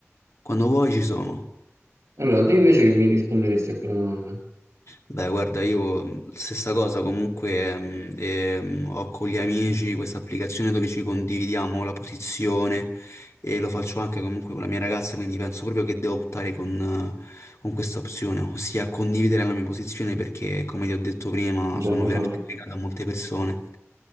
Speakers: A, on the left; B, on the right.
A: quando vuoi ci sono.
B: Allora, te invece che mi risponderesti a quella domanda?
A: Beh, guarda, io mh, stessa cosa comunque mh, e, mh, ho con gli amici questa applicazione dove ci condividiamo la posizione e lo faccio anche comunque con la mia ragazza, quindi penso proprio che devo optare con, eh, con questa opzione, ossia condividere la mia posizione perché, come ti ho detto prima,
B: Già
A: sono
B: lo fai,
A: veramente legato a molte persone.